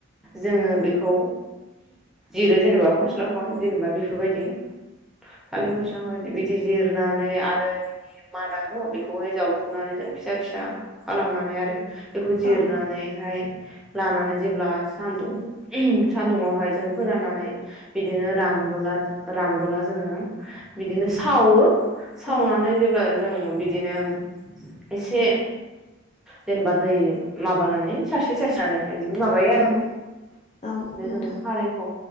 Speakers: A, in the centre; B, on the left.
A: जोङो बेखौ जिरो जेनेबा फस्लाखौ जेनेबा बेफोरबायदि थालिर फस्लाखौहाय बिदि जिरनानै आरो बिनि मादा‌ न' बेखौहाय जावफुंनानै जों फिसा फिसा खालामनानै आरो बेखौ जिरनानैहाय
B: औ
A: लानानै जेब्ला सानदुं सान्दुंआवहाय जों फोराननानै बिदिनो रां नबोला रानबोला जोङो बिदिनो सावो सावनानै
B: औ
A: जेब्ला जों बिदिनो एसे जेनेबा दै माबानानै सारस्रि सारस्रिनानैहाय बिदि बिदि माबायो
B: औ
A: आरो
B: औ
A: बिदिनो
B: नोंथां
A: जों खारैखौ